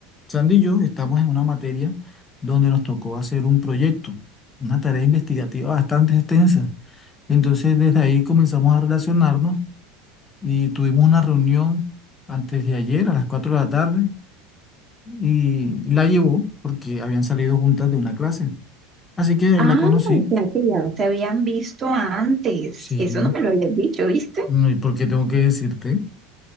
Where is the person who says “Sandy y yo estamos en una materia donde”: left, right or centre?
Left